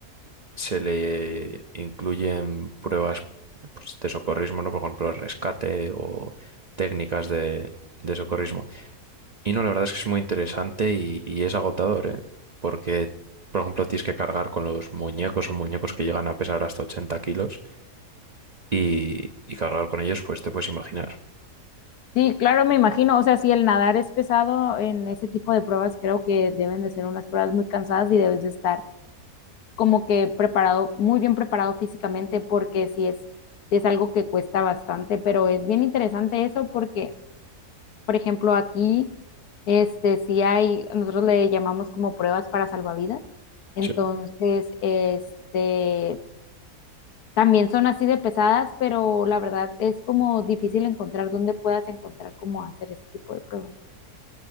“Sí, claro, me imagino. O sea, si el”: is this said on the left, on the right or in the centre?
Left